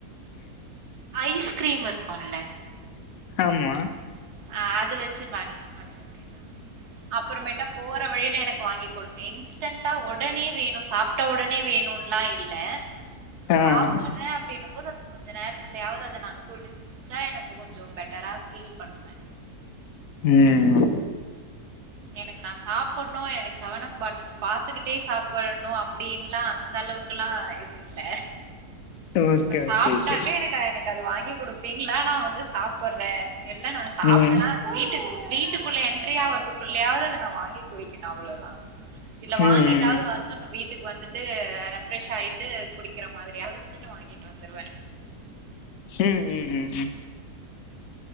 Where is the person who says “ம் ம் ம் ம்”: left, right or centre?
Left